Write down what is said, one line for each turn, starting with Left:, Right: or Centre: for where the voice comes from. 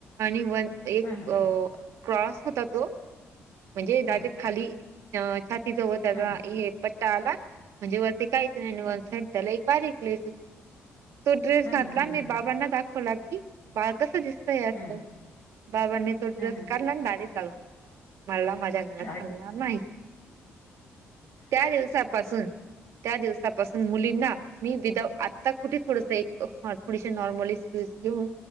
Right: आणि वंन एक
Left: हम्म हम्म
Right: क्रॉस
Left: हम्म
Right: होतां तो म्हणजे डायरेक्ट
Left: हम्म
Right: खांली छातीचा वरती
Left: हम्म
Right: हे पट्टां आंला म्हणजे ते कांहींच नाहीं वंनड त्यांला एक बारीक लेसं होती तो ड्रेस
Left: हा
Right: घांतला
Left: हा हा
Right: मी
Left: हा
Right: बाबांना दाखवला की बाळं कसं दिस असं
Left: हा
Right: बाबांनी तो ड्रेस
Left: हा हा
Right: काढलां आणि डायरेक्ट जाळूंन टाकलां मलां माझ्यां घरांत
Left: हा
Right: चालणारं नाहीं त्यां दिवसांपासून त्यां दिवसांपासून मुलींना मी विदांउ आंता कुठे थोडसं एक थोडीस नॉर्मल स्लिव घेऊंन